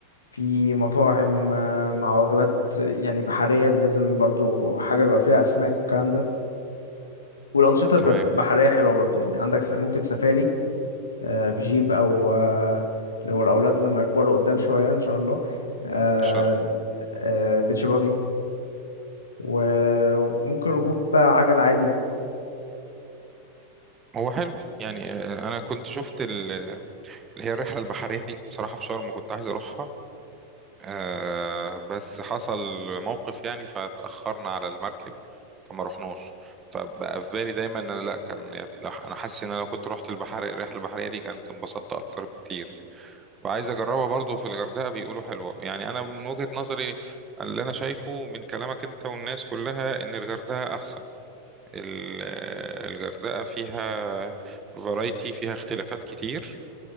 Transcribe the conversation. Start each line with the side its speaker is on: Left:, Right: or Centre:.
Left: في مطاعم آه، مع وجبات يعني بحرية لازم برضو حاجة بقى فيها اسماك والكلام ده والانشطة البت-
Right: تمام
Left: البحرية
Right: ان
Left: حلوة برضو يعني عندك س- ممكن سفاري آه، بجيب او آه، لو الاولاد لما يكبروا قدام شوية ان شاء الله آه،
Right: شاء الله
Left: آه، بيتش باجي وممكن ركوب عجل عادي
Right: هو حلو يعني آه، انا كنت شفت ال- اللي هي الرحله البحريه دي بصراحه في شرم كنت عايز اروحها آه بس حصل موقف يعني فاتاخرنا على المركب فما رحناش فبقى في بالي دايما ان انا لا كان انا حاسس ان انا لو كنت رحت البحر الرحله البحريه دي كانت انبسطت اكتر بكتير وعايز اجربها برضو في الغردقه بيقولوا حلوه يعني انا من وجهه نظري اللي انا شايفه من كلامك انت والناس كلها ان الغردقه احسن ال- الغردقة فيها فرايتي فيها اختلافات كتير